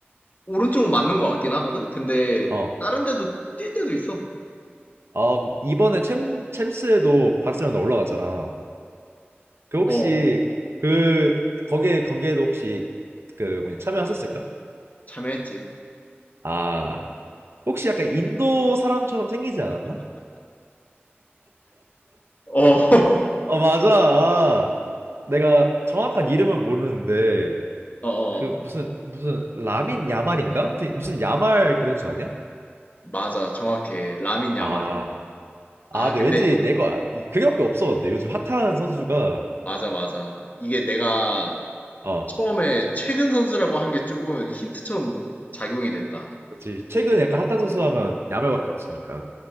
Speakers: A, on the left; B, on the right.
A: 오른쪽은 맞는 것 같긴 하거든? 근데
B: 어.
A: 다른 데도 뛸 때도 있어.
B: 어, 이번에 챔 챔스에도 바르셀로나 올라갔잖아. 그 혹시
A: 어,
B: 그 거기에 경기에도 혹시 그 뭐냐 참여하셨을까?
A: 참여했지.
B: 아. 혹시 약간 인도 사람처럼 생기지 않았나?
A: 어, <laughs>
B: 어, 맞아. 아, 내가 정확한 이름은 모르는데
A: 어, 어.
B: 그 무슨 무슨 라민 야말인가? 되게 무슨 야말 그 선수 아니야?
A: 맞아. 정확해. 라민 야말이야.
B: 아, 아,
A: 아,
B: 근데
A: 근데
B: 왠지 내가 그게밖에 없어. 근데 요즘 핫한 선수가
A: 맞아, 맞아. 이게 내가
B: 어,
A: 처음에 최근 선수라고 한 게 조금 힌트처럼 작용이 됐다.
B: 그렇지. 최근 약간 핫한 선수 하면 야말밖에 없으니까.